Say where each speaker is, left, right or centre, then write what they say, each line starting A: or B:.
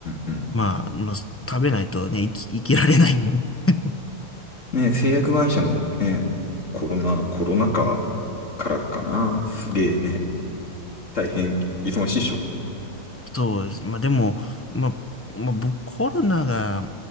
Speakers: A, on the left; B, on the left.
A: うんうん。
B: まあ、まあ、食べないとね、生き、生きられないんで。<laughs>
A: ね、製薬会社もね、コロナ、コロナ禍からかな。すげえね。大変忙しいっしょ。
B: そうです。まあ、でも、まあ、まあ、僕、コロナが、